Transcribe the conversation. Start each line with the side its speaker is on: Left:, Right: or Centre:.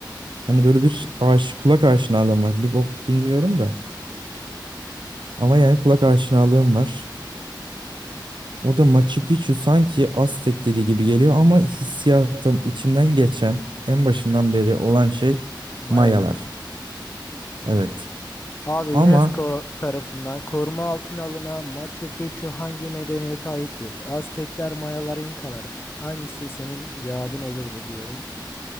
Right: hani böyle bir aş kulak aşinalığım var. Bir bok bilmiyorum da. Ama yani kulak aşinalığım var. O da Machu Picchu sanki Aztek dili gibi geliyor ama hissiyatım içimden geçen en başından beri olan şey
Left: Mayalar.
Right: Mayalar. Evet.
Left: Abi
Right: Ama
Left: UNESCO tarafından koruma altına alınan Machu Picchu hangi medeniyete aittir? Aztekler, Mayalar, İnkalar. Hangisi senin cevabın olurdu diyorum.